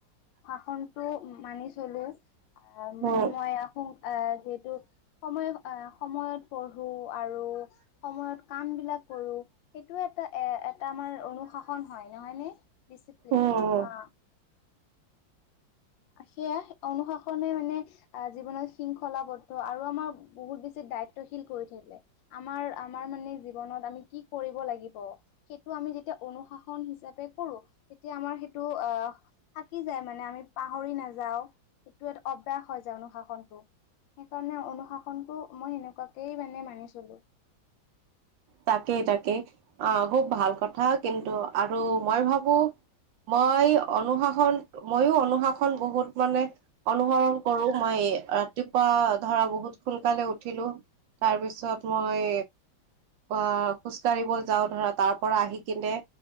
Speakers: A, on the left (about 75°); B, on the right (about 75°).
A: <unintelligible> টো মানি চলোঁ আহ' মানে
B: উম
A: মই আহ' যিহেতু- সময় আহ' সময়ত পঢ়ো আৰু সময়ত কাম বিলাক কৰোঁ। সেইটো এটা এ এটা আমাৰ অনুশাসন হয়, নহয় নে, ডিচিপ্লিন
B: উম উম।
A: অঁ'। সেইয়া অনুশাসনে মানে, জীৱনত শৃংখলাবদ্ধ আৰু আমাৰ বহুত বেছি দায়িত্বশীল কৰি থাকে। আমাৰ আমাৰ মানে জীৱনত আমি কি কৰিব লাগিব। সেইটো আমি যেতিয়া অনুশাসন হিচাপে কৰো তেতিয়া আমাৰ সেইটো আহ। থাকি যায় মানে আমি পাহৰি নাযাও এইটো এটা অভ্যাস হয় যায়, অনুশাসনটো। সেইকাৰণে অনুশাসনতটো মই সেনেকুৱাকেই মানে মানি চলো।
B: তাকেই তাকে আহ খুব ভাল কথা কিন্তু আৰু মই ভাবো। মই অনুশাসন, মইও অনুশাসন বহুত মানে, অনুসৰন কৰো মই এ আহ। ৰাতিপুৱা ধৰা বহুত সোনকালে উঠিলো, তাৰ পিছত মই। আ খোজকাাঢ়িব যাওঁ ধৰা তাৰ পৰা আহি কিনে।